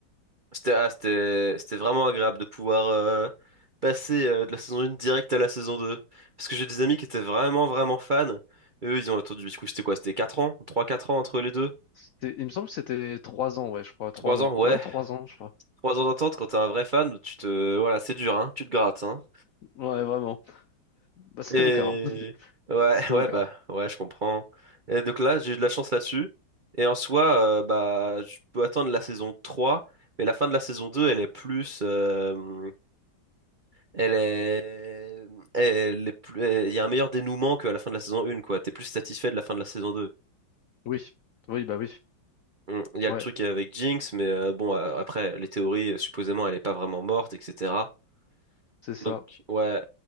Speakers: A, on the right (about 65°); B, on the left (about 80°).
A: C'était ah, c'était c'était vraiment agréable de pouvoir euh, passer euh, de la saison 1 direct à la saison deux Parce que j'ai des amis qui étaient vraiment vraiment fans. Et eux, ils ont attendu, du coup, c'était quoi? C'était 4 ans? trois quatre ans entre les deux?
B: C'était- Il me semble que c'était trois ans, ouais, je crois.
A: trois
B: Trois...
A: ans? Ouais.
B: Ouais, trois ans, je crois.
A: Trois ans d'attente, quand t'es un vrai fan, tu te... Voilà, c'est dur, hein. Tu te grattes, hein.
B: Ouais, vraiment. Bah, c'était
A: Et...
B: mon cas. hein. <laughs>
A: Ouais,
B: C'était
A: <laughs> ouais,
B: mon cas.
A: bah, ouais, je comprends. Et donc là, j'ai eu de la chance là-dessus. Et en soi, euh, bah, je peux attendre la saison trois mais la fin de la saison 2 elle est plus... euh, elle est... Elle est plus... Il y a un meilleur dénouement qu'à la fin de la saison 1, quoi. T'es plus satisfait de la fin de la saison deux
B: Oui, oui, bah oui,
A: Mm. Il y a
B: ouais,
A: le truc avec Jinx, mais euh, bon, euh, après, les théories, euh, supposément, elle est pas vraiment morte, etc.
B: c'est ça.
A: Donc, ouais.